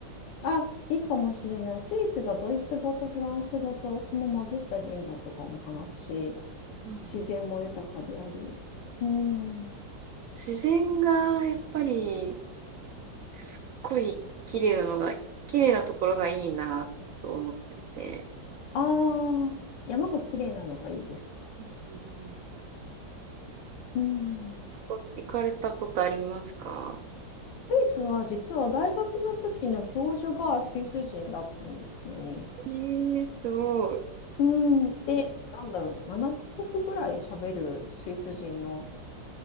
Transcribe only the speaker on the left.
あ、いいかもしれない。スイスがドイツ語とフランス語と、その混じった言語とかも話すし、
自然も豊かであり。うん。
ああー、山が綺麗なのがいいですか。
うん。
スイスは実は大学の時の教授がスイス人だったんですよね。
うん、で、なんだろう、7カ国ぐらい喋るスイス人の、